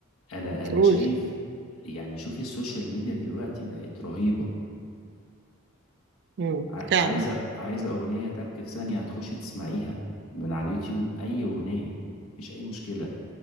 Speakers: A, on the left (about 80°); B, on the right (about 55°).
A: انا انا
B: قول
A: شايف يعني شوفي السوشيال ميديا دلوقتي بقت رهيبة
B: امم
A: ع-
B: فعلا
A: عايزة عايزة اغنية تك في ثانية هتخشي تسمعيها من على اليوتيوب اي اغنية مفيش اي مشكلة